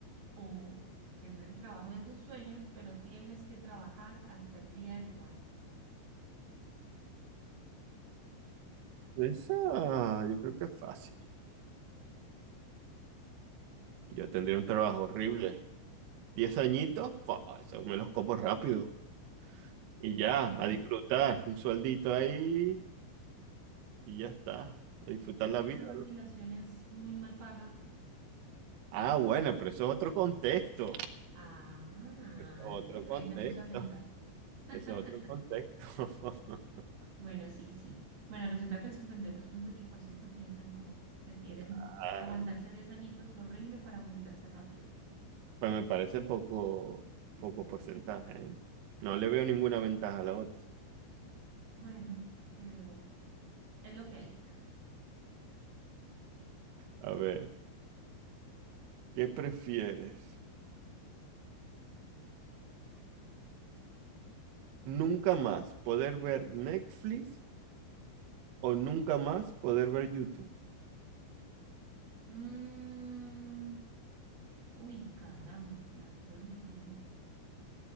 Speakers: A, on the right; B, on the right.
A: ¿O tener el trabajo de tus sueños, pero tienes que trabajar hasta el día de tu muerte?
B: Esa, yo creo que es fácil. Yo tendría un trabajo horrible. Diez añitos, pa, eso me los como rápido. Y ya,
A: Y,
B: a disfrutar. Un sueldito ahí y ya está. A disfrutar
A: y si
B: la vida.
A: esa jubilación
B: ¿no?
A: es muy mal paga?
B: Ah, bueno, pero eso es otro contexto.
A: Ah,
B: Eso es otro
A: ¿ves?
B: contexto.
A: Ahí te puse a pensar. <laughs>
B: Eso es otro contexto. <laughs>
A: Bueno, sí, sí. Bueno, resulta que el cincuenta y dos punto ocho por ciento piensan como tú. Prefieren
B: Ah,
A: aguantarse 10 añitos lo horrible para jubilarse rápido.
B: pues me parece poco, poco porcentaje, ¿eh? No le veo ninguna ventaja a la otra.
A: Bueno, pero es lo que hay.
B: A ver, ¿qué prefieres? ¿Nunca más poder ver Netflix o nunca más poder ver YouTube?
A: Mm, uy, caramba, me la pusieron difícil.